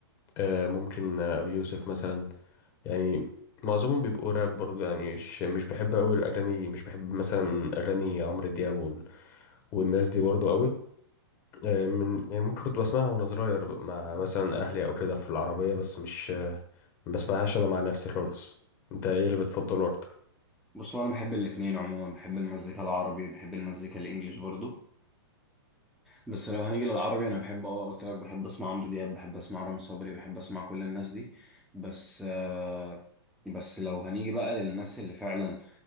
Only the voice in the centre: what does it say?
بص هو انا بحب الاتنين عموما بحب المزيكا العربي بحب المزيكا الانجليش برضو بس لو هنيجي للعربي انا بحب اه قلت لك بحب اسمع عمرو دياب بحب اسمع رامي صبري بحب اسمع كل الناس دي بس آه بس لو هنيجي بقى للناس اللي فعلا